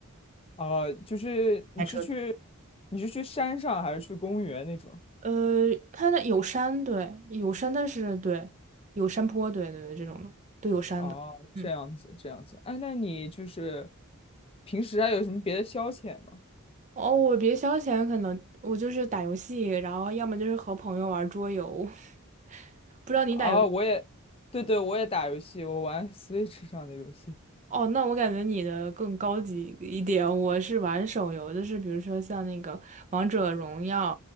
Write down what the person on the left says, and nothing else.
啊。就是你是去
你是去山上还是去公园那种？
哦，这样子，
这样子。哎，那你就是平时还有什么别的消遣吗？
啊，我也，对对，我也打游戏，我玩 Switch 上的游戏。